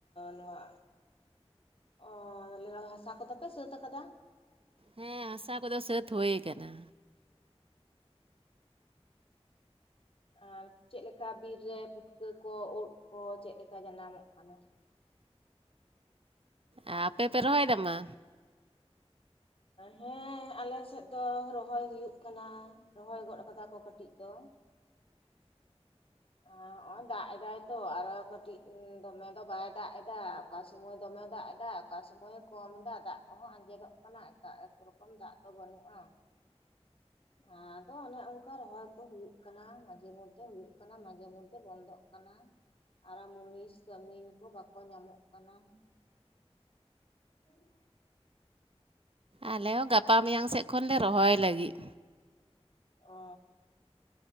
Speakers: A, on the left; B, on the right.
A: ᱱᱚᱣᱟ ᱚ ᱦᱟᱥᱟ ᱠᱚᱫᱚ ᱯᱮ ᱥᱟᱹᱛ ᱟᱠᱟᱫᱟ?
B: ᱦᱮᱸ ᱦᱟᱥᱟ ᱠᱚᱫᱚ ᱥᱟᱹᱛ ᱦᱳᱭ ᱟᱠᱟᱱᱟ᱾
A: ᱟᱨ ᱪᱮᱫᱠᱟ ᱵᱤᱨ ᱨᱮ ᱯᱩᱴᱠᱟᱹ ᱠᱚ ᱩᱫᱽ ᱠᱚ ᱪᱮᱫᱠᱟ ᱡᱟᱱᱟᱢᱚᱜ ᱠᱟᱱᱟ?
B: ᱟᱨ ᱟᱯᱮ ᱯᱮ ᱨᱚᱦᱚᱭ ᱫᱟ ᱢᱟ?
A: ᱦᱮᱸ ᱟᱞᱮ ᱥᱮᱫ ᱫᱚ ᱨᱚᱦᱚᱭ ᱦᱩᱭᱩᱜ ᱠᱟᱱᱟ, ᱨᱚᱦᱚᱭ ᱜᱚᱫ ᱠᱟᱫᱟ ᱠᱚ ᱠᱟᱹᱴᱤᱡ ᱫᱚ᱾ ᱟ ᱚ ᱟ ᱫᱟᱜ ᱮᱫᱟᱭ ᱛᱚ ᱟᱨᱚ ᱠᱟᱹᱴᱤᱡ ᱫᱚᱢᱮ ᱫᱚ ᱵᱟᱭ ᱫᱟᱜ ᱮᱫᱟ᱾ ᱚᱠᱟ ᱥᱚᱢᱚᱭ ᱫᱚᱢᱮ ᱫᱟᱜ ᱮᱫᱟ᱾ ᱚᱠᱟ ᱥᱚᱢᱚᱭᱮ ᱠᱚᱢ ᱮᱫᱟ ᱫᱟᱜ ᱠᱚᱦᱚᱸ ᱟᱸᱡᱮᱫᱚᱜ ᱠᱟᱱᱟ ᱮᱠᱟ ᱮᱠ ᱨᱚᱠᱚᱢ ᱫᱟᱜ ᱫᱚ ᱵᱟᱹᱱᱩᱜᱼᱟ᱾ ᱟᱫᱚ ᱚᱱᱮ ᱚᱱᱠᱟ ᱨᱚᱦᱚᱭ ᱠᱚ ᱦᱩᱭᱩᱜ ᱠᱟᱱᱟ, ᱢᱟᱡᱷᱮ ᱢᱚᱫᱽᱫᱷᱮ ᱦᱩᱭᱩᱜ ᱠᱟᱱᱟ ᱢᱟᱡᱷᱮ ᱢᱚᱫᱽᱫᱷᱮ ᱵᱚᱱᱫᱚᱜ ᱠᱟᱱᱟ᱾ ᱟᱨᱚ ᱢᱩᱱᱤᱥ ᱠᱟᱹᱢᱤᱱ ᱠᱚ ᱵᱟᱠᱚ ᱧᱟᱢᱚᱜ ᱠᱟᱱᱟ᱾ <inaudible>
B: ᱟᱞᱮ ᱦᱚᱸ ᱜᱟᱯᱟ ᱢᱮᱭᱟᱝ ᱥᱮᱫ ᱠᱷᱚᱱᱞᱮ ᱨᱚᱦᱚᱭ ᱞᱟᱹᱜᱤᱫ᱾
A: ᱚᱻ᱾